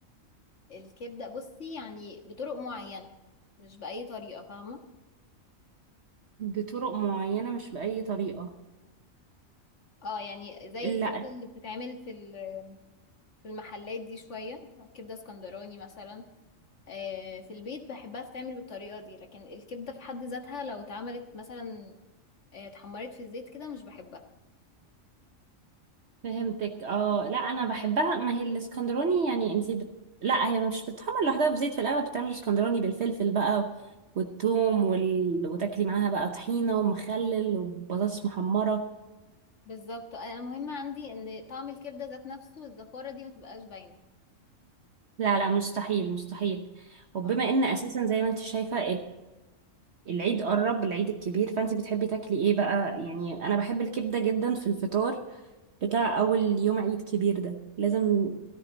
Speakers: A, on the left (about 65°); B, on the right (about 60°).
A: الكبدة بصي يعني بطرق معينة مش بأي طريقة فاهمة
B: بطرق معينه مش باي طريقه
A: اه يعني زي
B: لا
A: الكبدة اللي بتتعمل في ال- في المحلات دي شوية كبدة اسكندراني مثلا آه، في البيت بحبها تتعمل بالطريقة دي لكن الكبدة في حد ذاتها لو اتعملت مثلا آه، اتحمرت في الزيت كده مش بحبها
B: فهمتك اه لا انا بحبها ما هي الاسكندراني يعني انتي بت... لا هي مش بتتحمر لوحدها في زيت في الاغلب بتعمل اسكندراني بالفلفل بقى والثوم وال... وتاكلي معاها بقى طحينه ومخلل وبطاطس محمره
A: بالظبط انا مهم عندي ان طعم الكبده ذات نفسه الزفاره دي ما تبقاش باينه
B: لا لا مستحيل مستحيل وبما
A: اه
B: ان اساسا زي ما انت شايفه العيد قرب العيد الكبير فانت بتحبي تاكلي ايه بقى يعني انا بحب الكبده جدا في الفطار بتاع اول يوم عيد كبير ده لازم